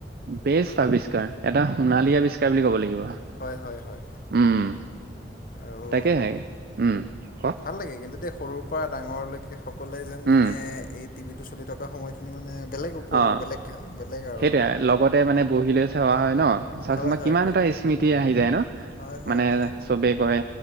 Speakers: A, on the right; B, on the left.
A: বেষ্ট আৱি কাৰ। এটা সোণালী আৱিষ্কাৰ বুলি ক'ব লাগিব।
B: হয় হয় হয়
A: উম।
B: আৰু
A: তাকেহে, উম। কওক?
B: ভাল লাগে কিন্তু দেই। সৰুৰ পৰা ডাঙৰলৈকে সকলে যেন
A: উম,
B: মানে, এই টিভিটো চলি থকা সময়খিন নি মানে বেলেগ উপভোগ
A: অ',
B: বেলেগ বেলেগ আৰু
A: সেইটোৱে। লগতে মানে বহিলৈ চাৱা হয় ন? চাচোন
B: হয়
A: বা
B: হয়
A: কিমান
B: হয়
A: এটা ইস স্মৃতি আহি যায় ন?
B: হয়, হয়,
A: মানে
B: হয়।
A: চবেই কয়